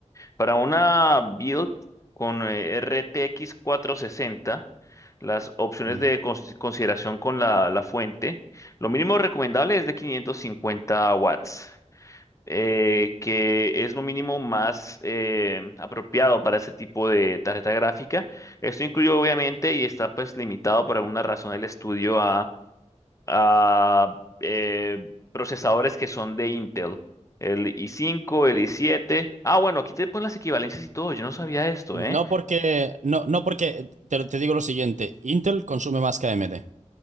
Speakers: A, on the left (about 25°); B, on the right (about 80°).
A: Para una build con eh, RTX 460, las opciones
B: ujú.
A: de cons- consideración con la, la fuente, lo mínimo recomendable es de 550 watts, eh, que es lo mínimo más eh, apropiado para ese tipo de tarjeta gráfica. Esto incluye obviamente y está pues limitado por alguna razón del estudio a eh, procesadores que son de Intel, el i5, el i7. Ah, bueno, aquí te ponen las equivalencias y todo, yo no sabía esto, ¿eh?
B: No porque, no, no porque, te, te digo lo siguiente, Intel consume más que AMD.